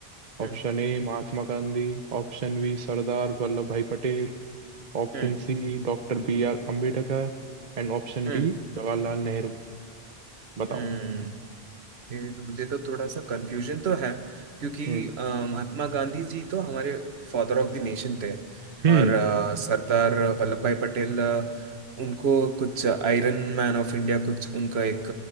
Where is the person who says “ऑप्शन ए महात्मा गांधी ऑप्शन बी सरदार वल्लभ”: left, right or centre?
Right